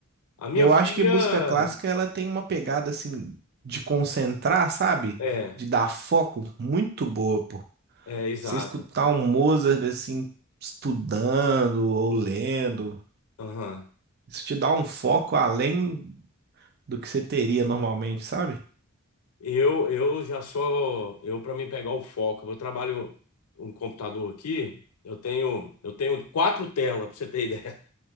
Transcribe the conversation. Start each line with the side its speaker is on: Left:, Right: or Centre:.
Left: a minha
Right: Eu
Left: filha.
Right: acho que música clássica ela tem uma pegada assim de concentrar, sabe?
Left: É,
Right: De dar foco muito boa, pô.
Left: é, exato.
Right: Você escutar um Mozart assim estudando ou lendo,
Left: Aham.
Right: isso te dá um foco além do que você teria normalmente, sabe?
Left: Eu, eu já sou. Eu, para mim pegar o foco, eu trabalho um computador aqui. Eu tenho, eu tenho quatro telas, pra você ter <laughs> ideia.